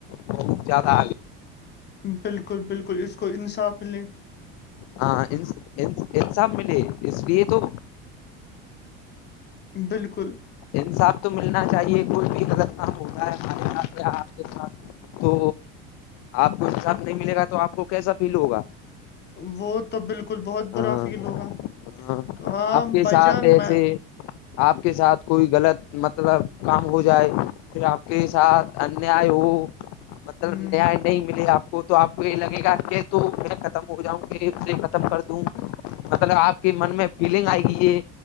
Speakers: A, on the left (about 60°); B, on the left (about 35°).
A: بہت زیادہ آگے
B: بالکل بالکل اس کو انصاف ملیں
A: ہاں انساب ملے اس لیے تو
B: بالکل
A: انصاف تو ملنا چاہیے کوئی بھی غلط کام ہوتا ہے ہمارے ساتھ یا آپ کے ساتھ تو آپ کو ان سھ نہیں ملے گا تو آپ کو کیسا فیل ہوگا
B: وہ تو بالکل بہت برا
A: ہاں
B: فیل ہوگا
A: ہاں
B: ہاں
A: آپ کے
B: بھائی
A: ساتھ
B: جان
A: ایسے
B: میں
A: آپ کے ساتھ کوئی غلط مطلب کام ہو جائے پھر آپ کے ساتھ انیا ہو مطلب
B: ہوں،
A: نیائے
B: ہوں،
A: نہیں ملے آپ کو تو آپ کو یہی لگے گا کہ تو میں ختم ہو جاؤں کہ اسے ختم کر دوں مطلب آپ من میں فیلنگ آئے گی یہ